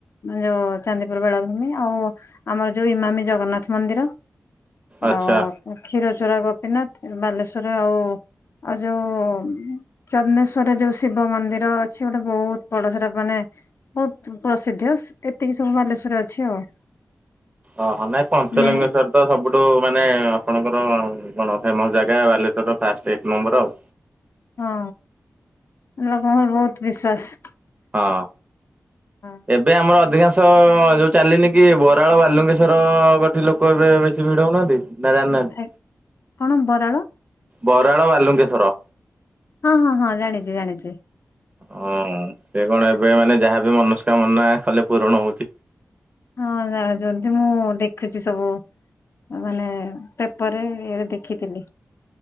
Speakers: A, on the left; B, on the right.
A: ଯୋଉ ଚାନ୍ଦିପୁରୁ ବେଳାଭୂମି ଆଉ ଆମର ଯୋଉ ଇମାମି ଜଗନ୍ନାଥ ମନ୍ଦିର।
B: ଆଚ୍ଛା।
A: ଆଉ ଅ କ୍ଷୀରଚୋରା ଗୋପୀନାଥ ବାଲେଶ୍ଵର ଆଉ ଆଉ ଯୋଉ ଉଁ ଚନ୍ଦନେଶ୍ୱରରେ ଯୋଉ ଶିବ ମନ୍ଦିର ଅଛି ଗୋଟେ ବହୁତ ବଡ ସେଟା ମାନେ ବହୁତ୍ ପ୍ରସିଦ୍ଧ ସ ଏତିକି ସବୁ ବାଲେଶ୍ଵରେ ଅଛି ଆଉ।
B: ଅ ହ ନାଇଁ ପଞ୍ଚଲିଙ୍ଗେଶ୍ୱର
A: ନୀଳ
B: ତ ସବୁଠୁ ମାନେ ଆପଣଙ୍କର କଣ ଫେମସ ଜାଗା ବାଲେଶ୍ଵରର ଫାଷ୍ଟେ ଏକ ନମ୍ବର ଆଉ।
A: ହଁ ଲୋକଙ୍କର ବହୁତୁ ବିଶ୍ଵାସ।
B: ହଁ।
A: ହଁ।
B: ଏବେ ଆମର ଅଧିକାଂଶ ଅ ଅ ଅ ଯୋଉ ଚାଲିନି କି ବରାଳ ବାଲୁଙ୍ଗେଶ୍ୱର ଅ ଅ କଠି ଲୋକ ଏବେ ବେଶୀ ଭିଡ଼ ହଉନାହାନ୍ତି? ନା ଜାଣିନାହାନ୍ତି
A: ଏ କଣ ବରାଳ
B: ବରାଳ ବାଲୁଙ୍ଗେଶ୍ଵର।
A: ହଁ ହଁ ହଁ ଜାଣିଚି ଜାଣିଚି।
B: ହଁ ସେ କଣ ଏବେ ମାନେ ଯାହାବି ମନସ୍କାମନା କଲେ ପୂରଣ ହଉଚି।
A: ହଁ ଜାଣିଚନ୍ତି ମୁଁ ଉ ଉ ଦେଖୁଚି ସବୁ। ମାନେ ପେପରେ ଇଏରେ ଦେଖିଥିଲି।